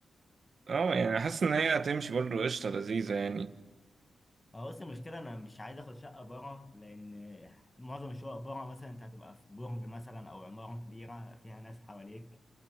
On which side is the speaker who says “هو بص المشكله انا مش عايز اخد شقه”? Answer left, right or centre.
Left